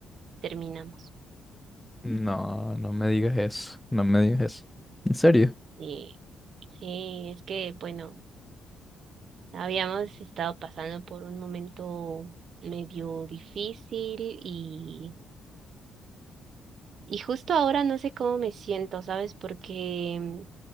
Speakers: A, on the right; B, in the centre.
A: terminamos.
B: No, no me digas eso, no me digas eso. ¿En serio?
A: Y sí, es que, bueno, habíamos estado pasando por un momento medio difícil y, y justo ahora no sé cómo me siento, ¿sabes? Porque, mm,